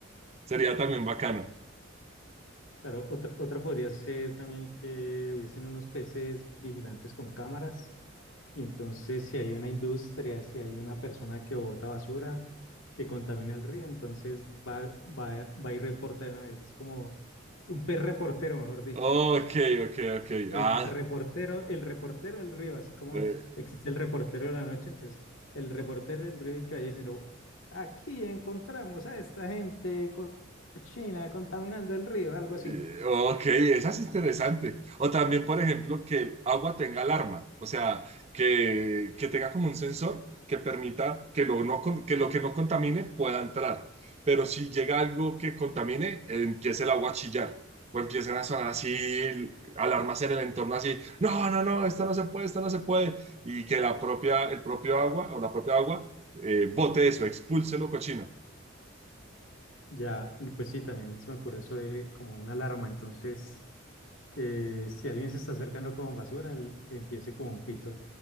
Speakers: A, on the right (about 30°); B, on the left (about 85°).
A: Sería también bacano.
B: Claro, otra, otra podría ser también que hubiesen unos peces vigilantes con cámaras y entonces si hay una industria, si hay una persona que bota basura, que contamina el río, entonces va, va, va y reporta de una vez. Es como un pez reportero, mejor dicho.
A: Ok, ok, ok.
B: El
A: Ah,
B: reportero, el reportero del río, así como
A: eh,
B: existe el reportero de la noche, entonces el reportero del río y que vaya diciendo, aquí encontramos a esta gente co- cochina contaminando el río, algo
A: Eh,
B: así.
A: Ok, esa es interesante. O también, por ejemplo, que el agua tenga alarma, o sea, que, que tenga como un sensor que permita que lo, no, con- que lo que no contamine pueda entrar. Pero si llega algo que contamine, eh, empiece el agua a chillar o empiecen a sonar así alarmas en el entorno así, no, no, no, esto no se puede, esto no se puede. Y que la propia, el propio agua o la propia agua eh, bote eso, expulse lo cochino.
B: Ya, l- pues sí, también se me ocurre eso de como una alarma, entonces que si alguien se está acercando con basura, el- empiece como un pito.